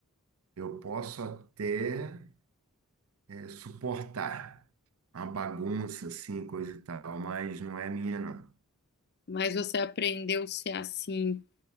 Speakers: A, on the right (about 70°); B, on the left (about 50°).
A: eu posso até é, suportar uma bagunça assim, coisa e tal, mas não é minha, não.
B: Mas você aprendeu a ser assim